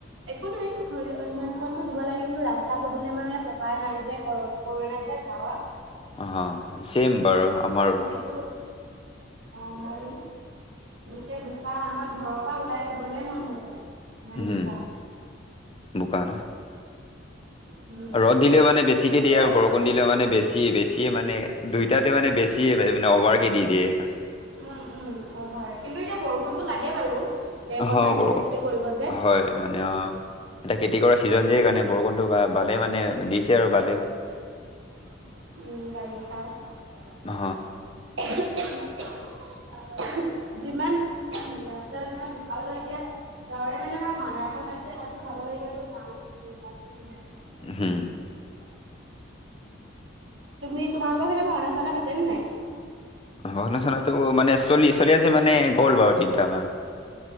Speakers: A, on the right; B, on the left.
A: একো নাই ইমান কণটো দিব লাগে কিন্তু ৰাস্তা পদূলি আমাৰ পকাৰ নাই যে কৰ কৰব নাই ছাৰ গাঁৱত
B: অ ছেম বাৰু আমাৰো
A: ত সেইটো অ মই এতিয়া বোকা আমাৰ ঘৰৰ পৰা ওলাই যাবলে মন নোযোৱা হল ইমান
B: উম,
A: বোকা
B: বোকা না
A: উম
B: ৰদ দিলেও মানে বেছিকে
A: হ'লেও
B: দিয়ে আৰু বৰষুণ দি মানে বেছি বেছি মানে দুইটাতে মানে বেছি মানে অভাৰ কে দি দিয়ে এইখন
A: উম উম অ হয় কিন্তু এতিয়া বৰষুণতটো লাগে বাৰু এ
B: অ
A: পথাৰত খেতি
B: বৰ
A: চেতি কৰিব যে
B: হয় মানে অ এটা খেতি
A: উম
B: কৰা ছিজন যে কাৰণে বৰষুণতো ভালেই মানে দিছে আৰু ভালেই হ'ল
A: উম বাৰিষা <inaudible> যিমান
B: অ',
A: ৰাস্তা বিলাক বোকা হয় এতিয়া ত মানে আমাৰ ম এখন তাত তাতো ভাব লাগিবো যা <unintelligible>
B: হুম
A: <unintelligible> তুমি তোমালোকৰ পিনে ভাওনা চাওনা পাতেনে নাই
B: ভাওনা চাওনাটো মানে চলি চলি আছে মানে গ'ল বাৰু তিনটা মান